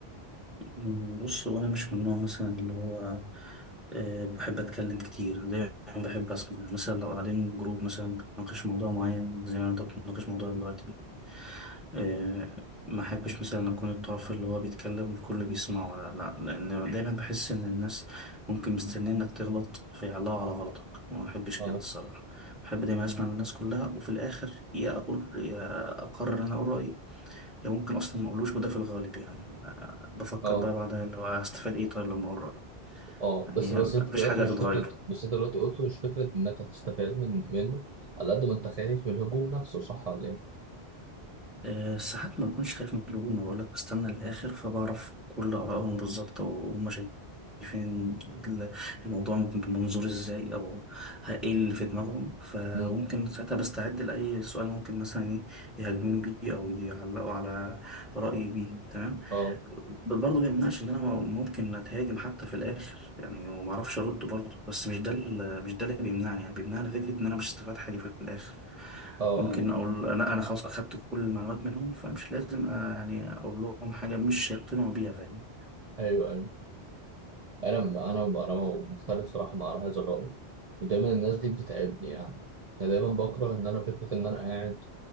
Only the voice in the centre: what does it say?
مم، بص هو انا مش من النوع مثلا اللي هو آه، بحب اتكلم كتير أنا دايما بحب اسمع يعني مثلا لو قاعدين جروب مثلا بنناقش موضوع معين زي ما انت بتناقش موضوع دلوقتي آه، ما احبش مثلا اكون الطرف اللي هو بيتكلم والكل بيسمعه لا لان دايما بحس ان الناس ممكن مستنيه انك تغلط فيعلقوا على غلطك ما احبش
كده الصراحه احب دايما اسمع من الناس كلها وفي الاخر يا اقول يا اقرر إن انا اقول رايي ده ممكن اصلا ما اقولوش وده في الغالب يعني آه، بفكر
بقى بعدها اللي هو هستفاد ايه طيب لما اقرا
يعني
مفيش
حاجه
هتتغير
أه ساعات ما بكونش خايف من الهجوم بقول لك بستنى الاخر فبعرف كل ارائهم بالظبط وهم شايفين ال- الموضوع بمنظور ازاي او ه- ايه اللي في دماغهم فممكن
ساعتها بستعد لاي سؤال ممكن مثلا ايه يهاجموني بيه او يعلقوا على رايي بيه تمام
برضه بيمنعش ان انا ممكن اتهاجم حتى في الاخر يعني وما اعرفش ارد برضه بس مش ده ال- مش ده اللي بيمنعني يعني بيمنعني فكره ان انا مش استفاد حاجه في الاخر
ممكن
اقول لا انا خلاص اخدت كل المعلومات منهم فمش لازم آه، يعني اقول لهم حاجه مش هيقتنعوا بيها فاهم